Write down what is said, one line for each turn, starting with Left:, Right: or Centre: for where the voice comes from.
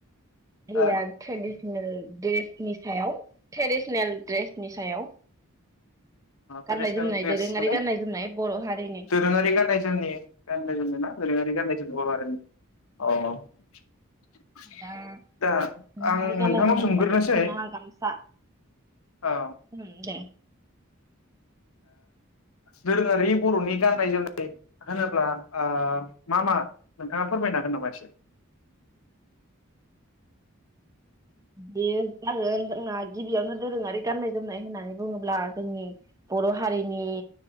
Right: द्रेसनि
Left: हा
Right: सायाव ट्राडिसेनेल ड्रेसनि सायाव गाननाय
Left: ट्राडिसेनल
Right: जोमनाय
Left: द्रेसखौनो
Right: दोरोङारि गाननाय जोमनाय बर' हारिनि
Left: दोरोङारि गाननाय जोमनाय गाननाय जोमनाय ना दोरोङारि गाननाय जोमनाय बर' हारिनि अ
Right: दा
Left: दा
Right: दोरोङारि
Left: आं
Right: गाननाय
Left: नोंथांनाव
Right: जोमनाय
Left: सोंग्रोनोसै
Right: होनबा दख'ना गामसा
Left: औ
Right: उम दे
Left: दोरोङारि बर'नि गान्नाय जोमनाय होनोब्ला मा मा नोंथाङा फोरमायनो हागोन नामा एसे?
Right: बे जागोन जोंहा गिबियावनो दोरोङारि गाननाय जोमनाय होननानै बुङोब्ला जोंनि बर' हारिनि